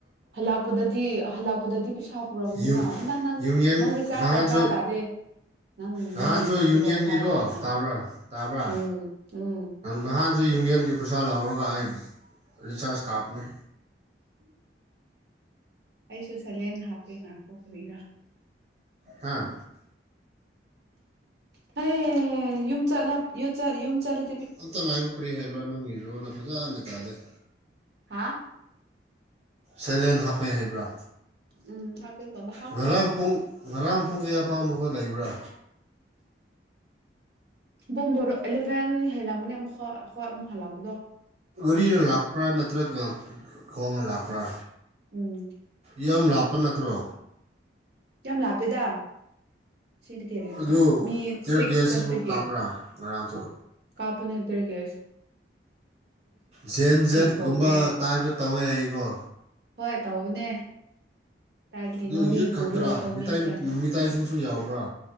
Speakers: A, on the right; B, on the right.
A: ꯍꯜꯂꯛꯄꯗꯗꯤ ꯍꯜꯂꯛꯄꯗꯗꯤ ꯄꯩꯁꯥ ꯄꯨꯔꯀꯅꯤꯅꯣ
B: ꯌꯨ
A: ꯍꯟꯗꯛ ꯅꯪ
B: ꯌꯨꯅꯤꯌꯟ
A: ꯅꯪ ꯔꯤꯆꯥꯔꯖ
B: ꯅꯍꯥꯟꯁꯨ
A: ꯗꯔꯀꯥꯔ ꯇꯥꯗꯦ ꯅꯪ
B: ꯅꯍꯥꯟꯁꯨ
A: ꯅꯣꯏ ꯌꯨꯝꯗꯗꯤ
B: ꯌꯨꯅꯤꯌꯟꯒꯤꯀꯣ
A: ꯋꯥꯏꯐꯥꯏ ꯂꯩꯅ
B: ꯇꯥꯕ꯭ꯔꯥ ꯇꯥꯕ꯭ꯔꯥ
A: ꯎꯝ ꯎꯝ
B: ꯅꯍꯥꯟꯁꯨ ꯌꯨꯅꯤꯌꯟꯒꯤ ꯄꯩꯁꯥ ꯂꯧꯔ ꯑꯩꯔꯤꯆꯥꯖ ꯀꯥꯞꯅꯦ
A: ꯑꯩꯁꯨ ꯁꯦꯂꯦꯟ ꯍꯥꯞꯀꯦ ꯉꯥꯏꯥꯛ ꯀꯣ ꯀꯔꯤꯔꯥ
B: ꯍꯥꯥ
A: ꯍ ꯌꯨꯝ ꯆꯠꯂ ꯌꯨꯝ ꯆꯠꯂ
B: ꯑꯝꯇ ꯍꯥꯏꯌꫭ ꯀꯔꯤ ꯍꯥꯏꯕ꯭ꯔꯥ ꯅꯪꯒꯤꯂꫭꯟꯗꫭ ꯐꯖꯅ ꯇꯥꯗ‌ꯦ
A: ꯍꯥꯥ
B: ꯁꯩꯂꯦꯟ ꯍꯥꯞꯄꯦ ꯍꯥꯏꯩꯕ꯭ꯔꯥ
A: ꯎꯝ ꯍꯥꯞꯀꯦꯀꯣꯕ ꯍꯥꯞꯈ꯭ꯔꯣ
B: ꯉꯥꯔꯡ ꯄꯨꯡ ꯉꯔꯝ ꯄꯨꯡꯌꯥ ꯑꯐꯥꯎ ꯃꯈꯣꯏ ꯂꯩꯕ꯭ꯔꯥ
A: ꯄꯨꯡꯕꯥꯔꯣ ꯏꯂꯦꯚꯦꯟ ꯍꯦꯜꯂ ꯃꯅꯤ ꯑꯃꯨꯛꯣꯏꯨꯛ ꯍꯂꯥꯎꯀꯗꯣ
B: ꯔꯤꯅ ꯂꯥꯛꯄ꯭ꯔꯥ ꯅꯠꯇ꯭ꯔꯒ ꯈꯣꯡꯅ ꯂꯥꯛꯄ꯭ꯔꯥ
A: ꯎꯝ
B: ꯌꯥꯝ ꯄ ꯅꯠꯇ꯭ꯔꯣ
A: ꯌꯥꯝ ꯂꯥꯞꯇꯦꯗ ꯁꯤꯗꯤ ꯀꯩꯔ
B: ꯑꯗꯨ
A: ꯃꯤ
B: ꯇꯤꯌꯔ
A: ꯁꯤꯛꯁ
B: ꯒ꯭ꯌꯥꯁꯁꯤꯁꯨ
A: ꯆꯠꯄꯒꯤ
B: ꯀꯥꯞꯄ꯭ꯔꯥ ꯉꯔꯥꯡꯁꯨ
A: ꯀꯥꯞꯄ ꯅꯠꯇꯔꯒꯦ
B: ꯖꯦꯟ ꯖꯦꯠꯒꯨꯝꯕ
A: ꯊꯣꯝꯃꯦ
B: ꯇꯥꯏꯞꯇ ꯇꯧꯋꯦ ꯍꯥꯏꯌꯦꯀꯣ
A: ꯍꯣꯏ ꯇꯧꯕꯅꯦ ꯀꯥꯏꯗꯒꯤ
B: ꯑꯗꯨ
A: ꯅꯥꯎꯔꯤ
B: ꯌꯨꯠ
A: ꯄꯨꯔꯒꯀꯣ
B: ꯈꯛꯇ꯭ꯔꯥ ꯃꯤꯇꯩꯇꯥꯏꯁꯤꯡꯁꯨ
A: ꯃꯤ ꯈꯔꯗꯤ
B: ꯌꯥꯎꯕ꯭ꯔꯥ